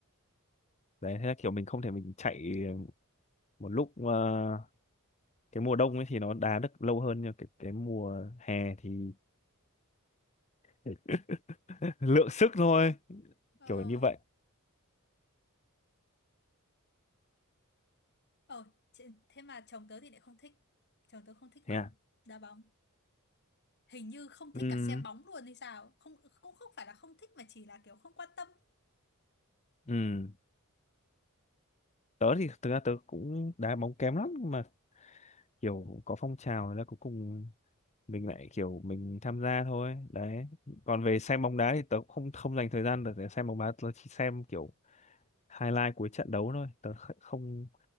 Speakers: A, on the left; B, on the left.
A: đấy thế là kiểu mình không thể mình chạy một lúc ờ, cái mùa đông ấy thì nó đá được lâu hơn nhưng cái cái mùa hè thì <laughs> lượng sức thôi
B: ờ
A: kiểu như vậy
B: ờ thế thế mà chồng tớ thì lại không thích chồng tớ không thích
A: thế
B: bóng
A: à
B: đá bóng hình như không thích
A: ừ
B: cả xem bóng luôn hay sao không cũng không phải là không thích mà chỉ là kiểu không quan tâm
A: ừ tớ thì thực ra tớ cũng đá bóng kém lắm nhưng mà kiểu có phong trào là cuối cùng mình lại kiểu mình tham gia thôi đấy còn
B: Ừ.
A: về xem bóng đá thì tớ cũng không không dành thời gian được để xem bóng đá tớ chỉ xem kiểu highlight cuối trận đấu thôi tớ kh- không